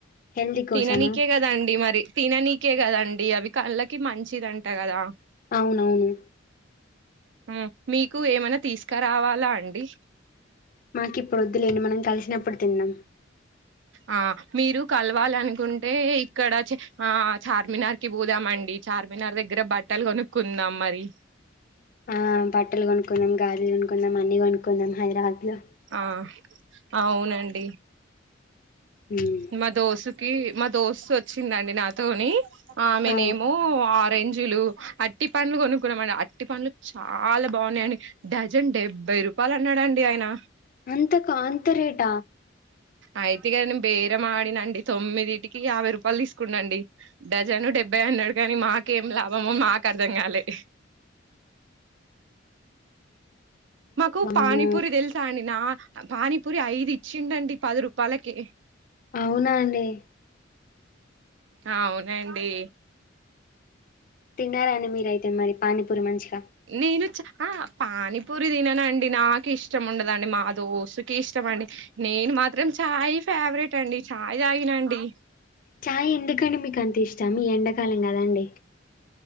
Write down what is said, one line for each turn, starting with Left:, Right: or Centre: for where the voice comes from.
Left: హెల్దీ కోసమా
Right: తిననీకే కదండి మరి తిననీకే కదండి అవి కళ్ళకి మంచిది అంట కదా
Left: అవునవును
Right: ఉ మీకు ఏమనా తీసుకురావాలా అండి
Left: మాకి ఇప్పుడు వద్దులేండి మనం కలిసినప్పుడు తిన్నాం
Right: ఆ మీరు కలవాలనుకుంటే ఇక్కడ ఆ చార్మినార్కిి పోదామండి చార్మినార్ దగ్గర బట్టలు కొనుక్కుందాం మరి
Left: ఆ బట్టలు కొనుక్కున్నాాం గాజులు కొనుకుందాం అన్ని కొనుకుందాం హైదరాబాద్ లో
Right: ఆ అవునండి
Left: మ్మ్.
Right: మ దోస మా దోస్తు వచ్చిందండి నాతోని ఆమెనేమో
Left: ఆ,
Right: ఆరెంజ్లు అట్టి పండ్లు కొనుక్కున్నామ అండి అట్టి పండ్లు చాలా బాగున్నాయండి డజన్ డెబ్బై రూపాయలు అన్నాడండి ఆయన
Left: అంతకు అంతరేట
Right: అయితే కదా నేను బేరమాడినండి తొమ్మిదిటికి యాభై రూపాయలు తీసుకున్నాండి డజను డెబ్బై అన్నాడు కాని మాకేం లాభమో మాకు అర్థం కాలే మాకు
Left: అమ్మో
Right: పానీపూరి తెలుసా అని నా పానీపూరి ఐదు ఇచ్చిండండి పది రూపాలకి
Left: అవునా అండి
Right: ఆ అవునండి
Left: తిన్నారా అండి మీరు అయితే మరి పానీపూరి మంచిగ
Right: నేను చ అహ్ పానీపూరి తిననండి నాకు ఇష్టం ఉండదండి మా దోస్తుకి ఇష్టమండి నేను మాత్రం చాయ్ ఫేవరెట్ అండి చాయ్ తాగినండి
Left: చాయ్ ఎందుకండి మీకు అంత ఇష్ ష్టం ఈ ఎండాకాలం కదండి